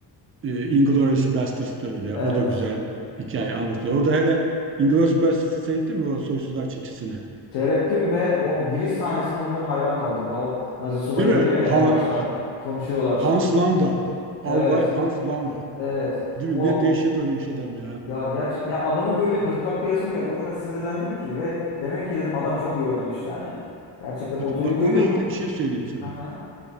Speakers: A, on the right; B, on the left.
A: e, Inglourious Basterds da öyle.
B: Evet.
A: O da güzel hikaye anlatılıyor. Orada hele Inglourious Basterds'ı seyrettin mi o Soysuzlar Çetesi'ni?
B: Seyrettim ve o giriş sahnesine onu ben hayran kaldım ya. O Nazi subayı
A: Değil mi?
B: geliyor ya
A: Ha-
B: en başta
A: Ha-
B: konuşuyorlar.
A: Hans Landa. Albay
B: Evet.
A: Hans Landa.
B: Evet.
A: Değil
B: O
A: mi? Ne dehşet oynamış adam ya.
B: ya gerçekten ya adamı böyle gırtlaklayasım geldi. O kadar sinirlendim ki ve demek ki dedim adam çok iyi oynamış yani. Gerçekten
A: Bir-
B: o duyguyu
A: Bak onunla ilgili bir şey söyleyeyim sana.
B: aha,